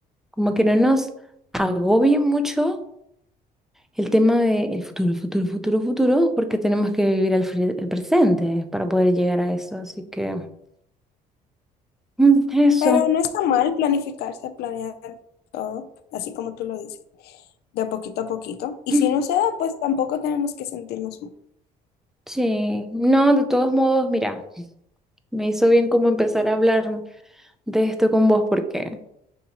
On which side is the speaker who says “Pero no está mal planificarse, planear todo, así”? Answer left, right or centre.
Left